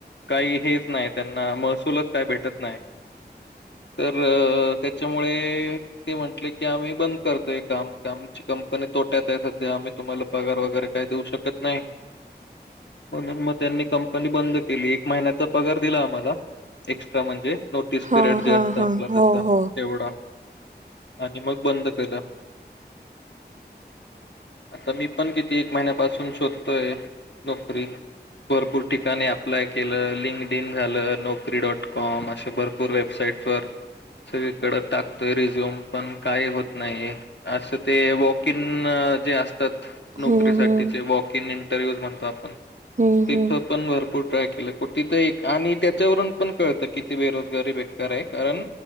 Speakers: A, on the left; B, on the right.
A: काही हेच नाय त्यांना महसूलच काय भेटत नाय. तर त्याच्यामुळे ते म्हंटले की आम्ही बंद करतोय काम ते आमची कंपनी तोट्यात आहे सध्या आम्ही तुम्हाला पगार वगैरे काय देऊ शकत नाय. म्हणून मग त्यांनी कंपनी बंद केली. महिन्याचा पगार दिला आम्हाला एक्स्ट्रा म्हणजे नोटीस
B: हा
A: पिरियड जे
B: हा
A: असतं
B: हा
A: आपला
B: हो
A: तसं
B: हो.
A: तेवढा आणि मग बंद केलं. आता मी पण किती एक महिन्यापा सून पण शोधतोय नोकरी भरपूर ठिकाणी अँप्लाय केलं लिंक डिन झालं. नोकरी डॉट कॉम अशा भरपूर वेबसाइट वर. सगळीकडं टाकतोय रिझ्यूम पण काही होत नाही असं ते वॉक इन. जे असतात. नोकरी
B: हम्म
A: साठीच
B: हम्म
A: आहे. वॉक इन इंटरव्ह्यू म्हणतो आप
B: हम्म
A: तिथं
B: हम्म.
A: पण भरपूर. ट्राय केलं तर आणि त्याच्यावरून पण कळतं किती बेरोजगारी बे. बेकार आहे कारण